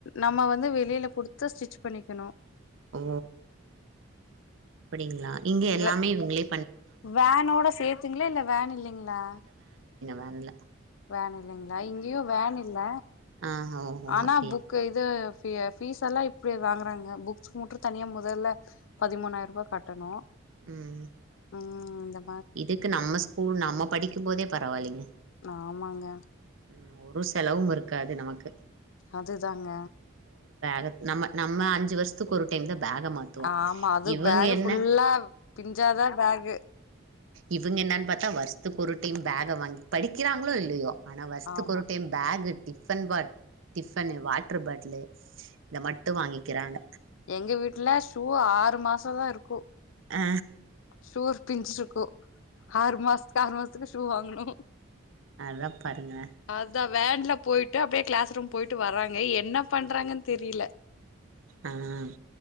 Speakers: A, on the left (about 70°); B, on the right (about 75°).
A: நம்ம வந் வந்து வெளில குடுத்து ஸ்டிச் பண்ணிக்கனு
B: ஓ அப்டிங்களா இங்க எல்லாமே
A: வே
B: இவுங்ளே
A: வேனோட சேத்துங்களா இல்ல வேன் இல்லைங்களா
B: பண்ல
A: வேன் இல்லைங்களா இங்கையு வேன் இல்ல
B: ஆ ஓஹோ
A: ஆனா
B: அப்படியா
A: புக் இது ஃபீ ஃபிஸ்ஸெல்லா இப்டி வாங்குறாங்க புக்ஸுக்கு மட்டு தனியாக மொதல்ல பதிமூணாயிரூபா கட்டணு
B: ம்
A: ம்ம் தா
B: இதுக்கு நம்ம ஸ்கூல் நம் நம்ம படிக்கும்போதே பரவால்லைங்க
A: ஆம்மாங்க
B: ம் ஒரு செலவும் இருக்காது நமக்கு
A: அதுதாங்க
B: க நம்ம நம்ம அஞ்சு வருத்துக்கு ஒரு டைம் தா வேக மாத்துவோ
A: ஆமா அது
B: இவங்க
A: பேக்
B: என்ன
A: ஃபுல்லா பிஞ்சாதா பேகு
B: இவங்க என்னு ப்த்தா வருத்து பொருட்டு பேக வாங்கி படிக்கிறாங்களோ இல்லையோ ஆனா வஸ்தக்கு
A: ஆமா
B: ஒரு time bag tiffin pot tiffin water bottle இதை மட்டு வாங்கிக்கிறாங்க
A: எங்க வீட்டுல ஷூ ஆறு மாசோ தா இருக்கு
B: ஆ
A: சூர்ப்பிஞ்சிருக்கு ஆறு மாசத்துக்கு ஆறு மாசத்துக்கு ஷூ வாங்கணு
B: அதா பாருங்க
A: அதா வேன்ல போயி்டட்டு அப்படியே கிளாஸ் ரூம் போயிட்டு வராங்க என்ன பண்றாங்கன்னு தெரியல
B: ஆஹ்